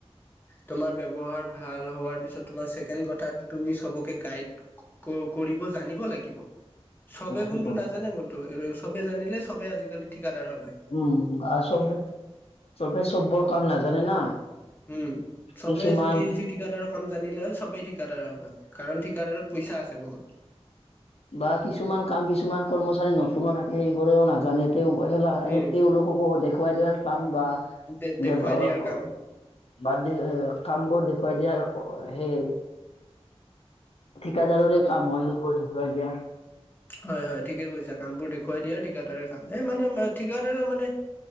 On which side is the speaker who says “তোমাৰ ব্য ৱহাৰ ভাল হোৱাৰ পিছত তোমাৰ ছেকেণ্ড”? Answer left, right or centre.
Left